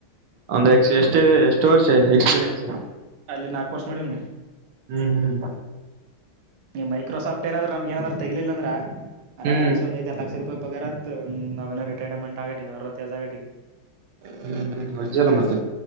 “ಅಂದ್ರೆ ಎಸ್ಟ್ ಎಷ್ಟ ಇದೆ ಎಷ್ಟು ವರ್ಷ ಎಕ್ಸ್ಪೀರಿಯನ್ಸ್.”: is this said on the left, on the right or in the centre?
Right